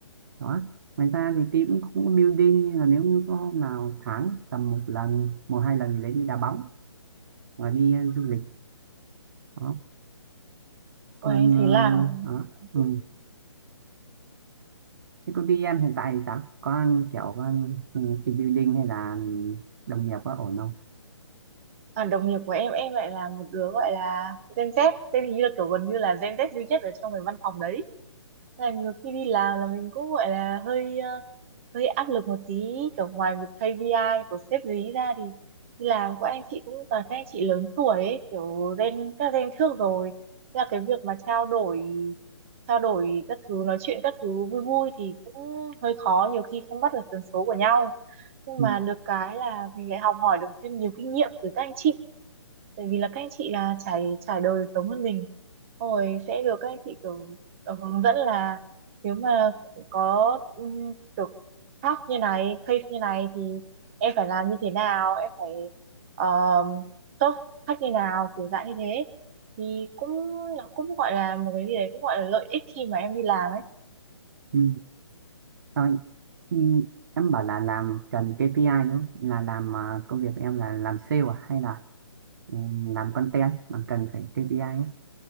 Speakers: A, on the right (about 45°); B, on the right (about 30°).
A: đó ngoài ra thì team cũng cũng có building nhưng là nếu như có hôm nào tháng tầm một lần một hai lần thì lấy đi đá bóng và đi à, du lịch đó
B: Ôi
A: còn
B: anh thấy là anh
A: à, đó.
B: cũng-
A: Ừ. Thế công ty em hiện tại thì sao? Có kiểu con team building hay là đồng nghiệp có ổn không?
B: à, đồng nghiệp của em em lại là một đứa gọi là Gen Z, tên hình như là kiểu gần như là Gen Z duy nhất ở trong cái văn phòng đấy. Thế Là nhiều khi đi làm là mình cũng gọi là hơi ờ, hơi áp lực một tí kiểu ngoài việc KPI của sếp dí ra thì đi làm của anh chị cũng toàn các anh chị lớn tuổi ấy kiểu gen các gen trước rồi Thế là cái việc mà trao đổi trao đổi các thứ nói chuyện các thứ vui vui thì cũng hơi khó nhiều khi không bắt được tần số của nhau nhưng
A: Ừ.
B: mà được cái là mình lại học hỏi được thêm nhiều kinh nghiệm từ các anh chị tại vì là các anh chị là trải trải đời giống hơn mình Xong rồi sẽ được các anh chị kiểu ờ, hướng dẫn là nếu mà có um, thắc như này case như này thì em phải làm như thế nào em phải um, tốt khách như nào kiểu dạng như thế thì cũng nó cũng gọi là một cái gì đấy cũng gọi là lợi ích khi mà em đi làm ấy
A: Ừ. Thôi, ừ. Em bảo là làm cần KPI đúng không? Là làm à, công việc em là làm sale à? Hay là ừ, làm content mà cần phải KPI ấy?